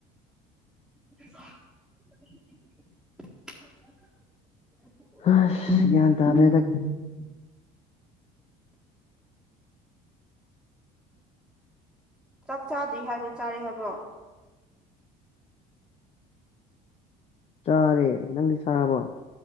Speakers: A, in the centre; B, on the left.
A: <unintelligible> <unintelligible>
B: ꯑꯁ ꯒ꯭ꯌꯥꯟ ꯇꯥꯗ꯭ꯔꯦꯗ
A: ꯆꯥꯛ ꯆꯥꯗ꯭ꯔꯤ ꯍꯥꯏꯕ꯭ꯔꯣ ꯆꯥꯔꯦ ꯍꯥꯏꯕ꯭ꯔꯣ
B: ꯆꯥꯔꯦ ꯅꯪꯗꯤ ꯆꯥꯔꯕꯣ